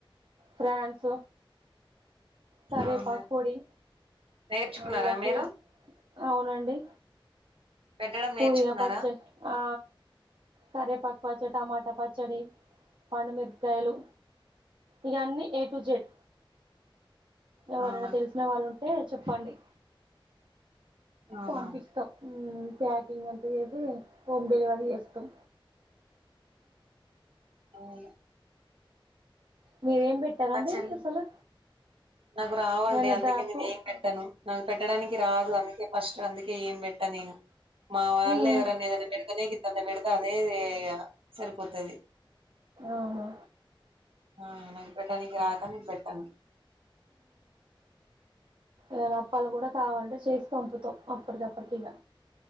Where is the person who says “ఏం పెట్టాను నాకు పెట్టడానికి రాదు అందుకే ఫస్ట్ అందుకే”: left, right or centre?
Right